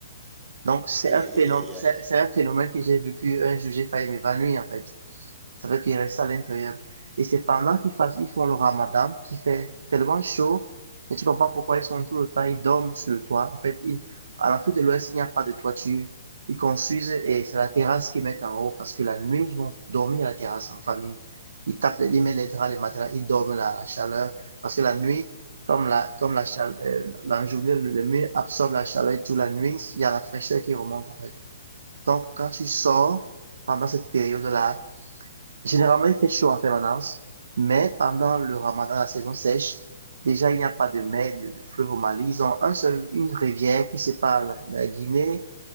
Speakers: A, on the right; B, in the centre.
A: Donc, c'est
B: Aïe,
A: un
B: aïe,
A: phénomène,
B: aïe, aïe,
A: c'est
B: aïe.
A: un phénomène que j'ai vécu un jour, j'ai failli m'évanouir, en fait. Ça veut dire qu'il reste à l'intérieur. Et c'est pendant qu'ils ils font le ramadan qui fait tellement chaud et tu comprends pourquoi ils sont tout le temps, ils dorment sur le toit. En fait, ils- à l'Afrique de l'Ouest, il n'y a pas de toiture. Ils construisent et c'est la terrasse qu'ils mettent en haut parce que la nuit, ils vont dormir à la terrasse en famille. Ils tapent, les- ils mettent les draps, les matelas, ils dorment la, la chaleur parce que la nuit, comme la, comme la, chaleur, euh, la journée, le, le mur absorbe la chaleur et toute la nuit, il y a la fraîcheur qui remonte en fait. Donc, quand tu sors pendant cette période-là, Généralement il fait chaud en permanence, mais pendant le ramadan, la saison sèche, déjà il n'y a pas de mer, de de fleuve au Mali. Ils ont un seul, une rivière qui sépare la, la Guinée,